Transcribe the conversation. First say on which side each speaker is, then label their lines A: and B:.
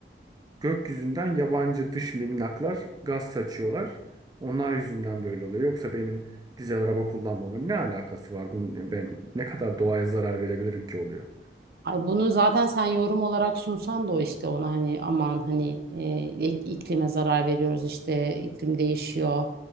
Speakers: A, on the right; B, on the right.
A: Gökyüzünden yabancı dış minnaklar gaz saçıyorlar. Onlar yüzünden böyle oluyor. Yoksa benim dizel araba kullanmamın ne alakası var bunun? Ben ne kadar doğaya zarar verebilirim ki oluyor?
B: Ay bunu zaten sen yorum olarak sunsan da o işte ona hani aman hani e, ik- iklime zarar veriyoruz işte iklim değişiyor.